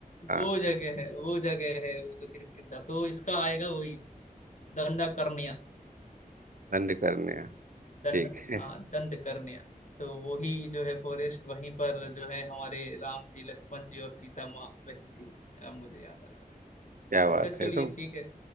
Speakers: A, on the right (about 60°); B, on the left (about 55°).
A: हाँ
B: वो जगह है वो जगह है वो तो किसकिंदा तो इसका आएगा वही दंडा कर्ण्या
A: दंडकन्या
B: दंड
A: ठीक है
B: हाँ दंड कर्ण्या तो वही जो है फॉरेस्ट वहीं पर जो है हमारे राम जी लक्ष्मण जी और सीता माँ रही थी अब मुझे याद आ रहा है
A: क्या बात
B: अच्छा चलिए
A: है तो
B: ठीक है